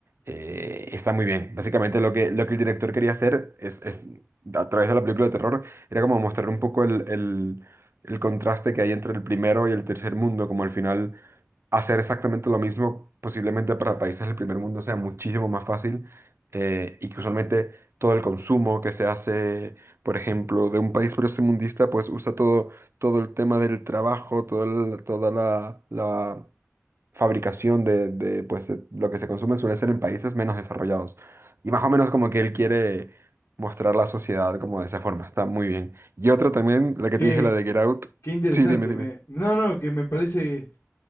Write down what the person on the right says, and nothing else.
Eh, está muy bien. Básicamente lo que, lo que el director quería hacer es, es, a través de la película de terror era como mostrar un poco el, el- el contraste que hay entre el primero y el tercer mundo, como al final hacer exactamente lo mismo, posiblemente para países del primer mundo sea muchísimo más fácil eh, y que usualmente todo el consumo que se hace, por ejemplo, de un país primermundista, pues usa todo, todo el tema del trabajo, todo el- toda la, la fabricación de, de, pues, de lo que se consume suele ser en países menos desarrollados. Y más o menos como que él quiere mostrar la sociedad como de esa forma. Está muy bien. Y otra también, la
que te dije, la de Get Out.
Sí, dime, dime.